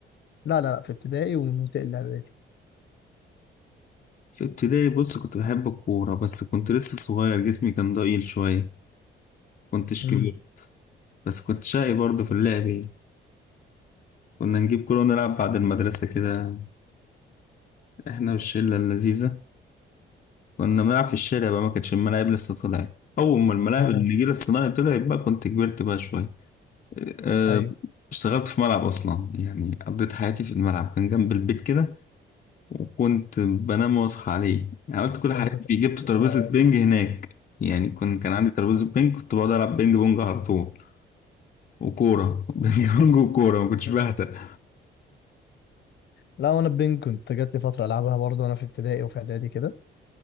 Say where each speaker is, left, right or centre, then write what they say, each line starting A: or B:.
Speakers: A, on the left; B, on the left.
A: لا لا لا في ابتدائي وننتقل لإعدادي
B: في ابتدائي بص كنت بحب الكورة بس كنت لسه صغير جسمي كان ضئيل شوية كنتش
A: امم
B: كبير بس كنت شقي برضه في اللعب يعني. كنا نجيب كورة ونلعب بعد المدرسة كده احنا والشلة اللذيذة كنا بنلعب في الشارع بقى ما كانتش الملاعب لسه طلعت أول ما الملاعب
A: اه
B: النجيل الصناعي طلعت بقى كنت كبرت بقى شوية أه
A: ايوه
B: اشتغلت في ملعب أصلا يعني قضيت حياتي في الملعب كان جنب البيت كده وكنت بنام واصحى عليه يعني عملت كل
A: ده
B: حاجات
A: انت كنت-
B: فيه جبت ترابيزة
A: آه.
B: بينج هناك يعني كنت كان عندي ترابيزة بينج كنت بقعد ألعب بينج بونج على طول وكورة <laughs> بينج بونج وكورة ما كنتش
A: <laughs>
B: بهتر
A: لا وانا بينج كنت جات لي فترة ألعبها برضه وانا في ابتدائي وفي إعدادي كده